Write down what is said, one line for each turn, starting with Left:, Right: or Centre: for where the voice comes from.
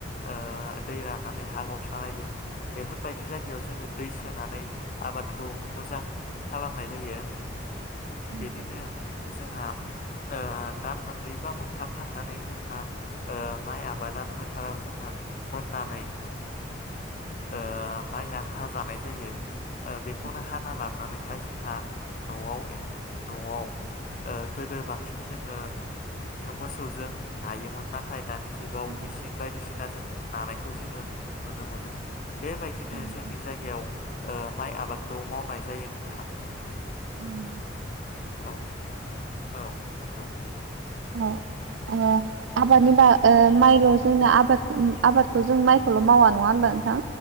Left: ओ दै राननानै हा गावस्रानै बे बेफोरबायदि जायगायाव जोङो दै सोनानै आबाद खौ मोजां खालामनाय जायो । बिदिनो
Right: औ
Left: जोंहा ओ दान मोननै बा मोनथाम थांनानै जोंहा ओ माइ आबादा फोथाराव जोंना मोननानै ओ माया हाजानाय जायो ओ बे
Right: औ
Left: खौनो हाना लाबानैहाय जोंहा न'आव न'आव ओ गोदो बांसिन जोङो मोसौजों नायोमोन नाथाय दानि जुगाव
Right: नोंथां
Left: मेसिन
Right: औ
Left: बायदिसिनाजों नानायखौ जोङो नुनो मोनो । बेबायदिनो
Right: नंगौ
Left: जोंनि जायगायाव ओ माइ आबाद खौ मावनाय जायो नोंथां
Right: ओं
Left: औ औ नंगौ
Right: अ ओ आबादनि बा ओ माइल' जोंनो आबाद आबादखौ जों माइखौल' मावा नङा होनबा नोंथां